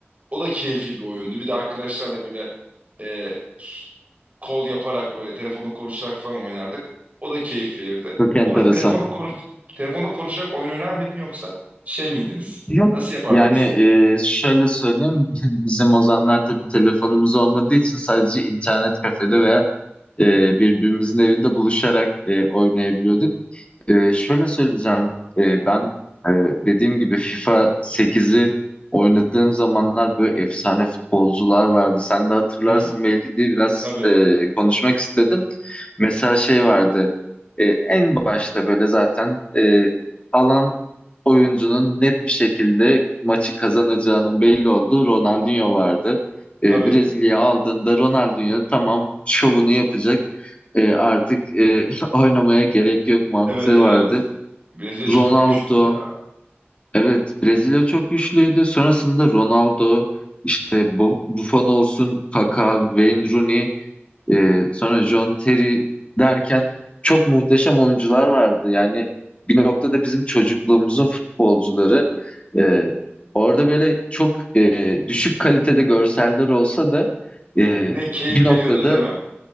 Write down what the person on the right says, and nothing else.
o da keyifli bir oyundu. Bir de arkadaşlarla böyle e, kol yaparak böyle telefonla konuşarak falan oynardık. O da keyif verirdi.
Bu arada telefonla konuş telefonla konuşarak oyun oynar mıydın yoksa şey miydiniz?
Nasıl yapardınız?
Hı hı.
Tabii,
tabii.
Evet, evet.
Brezilya çok
güçlü ya.
Yine keyif
veriyordu değil mi?